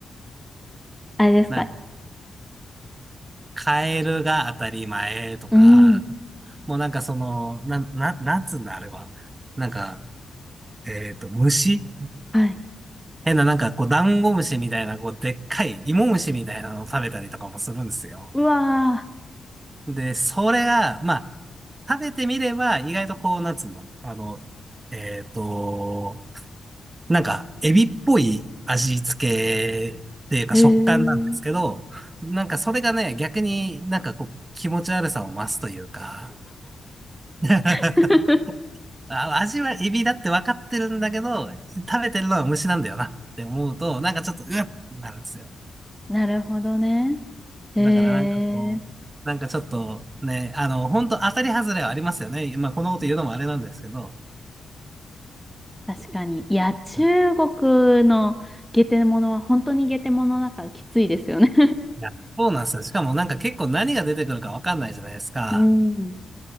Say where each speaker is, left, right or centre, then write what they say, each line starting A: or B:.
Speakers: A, in the centre; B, on the right.
A: あれですか。
B: な、カエルが当たり前とか、
A: うん。う
B: もうなんかその、な、な、なんつうんだあれは。なんか、えっと、虫
A: はい。
B: 変ななんかこう、ダンゴムシみたいな、こう、でっかい芋虫みたいなのを食べたりとかもするんですよ。
A: わ
B: で、それが、まあ、食べてみれば、意外とこう、なんつうんだろう。あの、えっと、なんか、エビっぽい味付けっていうか食感なんですけど、
A: へえ。ー
B: なんかそれがね、逆になんかこう、気持ち悪さを増すというか、<laughs>
A: <laughs>
B: あ味はエビだって分かってるんだけど、食べてるのは虫なんだよなって思うと、なんかちょっと、うわっってなるんですよ。
A: なるほどね。へえ。
B: だからなんかこう、なんかちょっとね、あの、本当当たり外れはありますよね。まあこのこと言うのもあれなんですけど。
A: 確かに。いや、中国のゲテモノは本当にゲテモノだからきついですよね
B: うんいや、そうなんですよ。しかもなんか結構何が出てくるかわかんないじゃないですか。
A: <laughs> うん。